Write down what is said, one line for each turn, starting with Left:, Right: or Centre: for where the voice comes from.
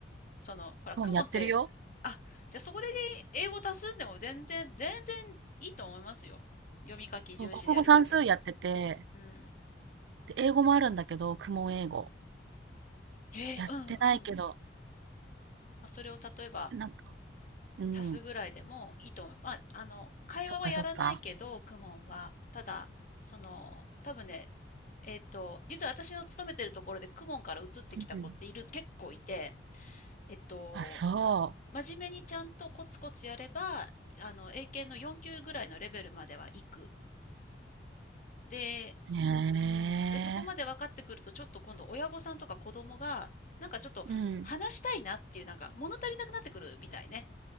Left: その、ほら、
Right: もうやってるよ。
Left: クモンって、あ、じゃあそこで英語足すんでも全然、全然いいと思いますよ。読み書き重視でやりたければ。
Right: そう、国語算数やってて、
Left: うん。
Right: で、英語もあるんだけど、公文英語。
Left: えーうん、
Right: やってないけど、
Left: うん。まあ、それを例えば
Right: なんか、うん。
Left: 足すぐらいでもいいと思う。まあ、あの会話はやらないけどクモンはただその多分ね
Right: そっかそっか。
Left: えっと実は私の勤めてるところでクモンから移ってきた子っている結構いて
Right: うん。
Left: えっと
Right: あ、そ
Left: 真面目にちゃんとコツコツやればあの英検の4級ぐらいのレベルまでは行く。で、
Right: う。へえ。
Left: うん、でそこまで分かってくるとちょっと今度親御さんとか子供がなんかちょっと話したいなっていうなんか物足りなくなってくるみたいね。
Right: うん。